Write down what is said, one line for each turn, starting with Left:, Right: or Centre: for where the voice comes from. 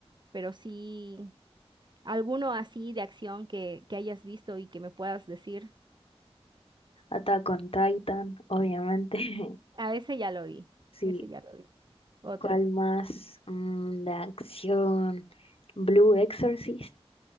Right: pero sí, alguno así de acción que, que hayas visto y que me puedas decir.
Left: Attack on Titan, obviamente. <laughs>
Right: A ese ya lo vi,
Left: Sí,
Right: ese ya lo vi. Otro.
Left: ¿cuál más? Mm, de acción. Blue Exorcist.